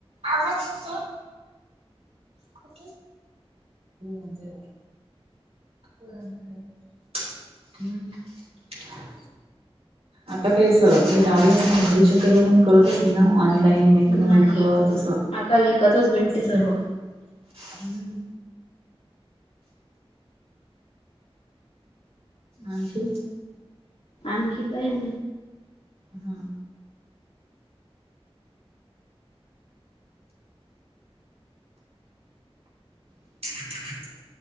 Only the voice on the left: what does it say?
नाही
आता विकतच भेटते सर्व
आणखी काही नाही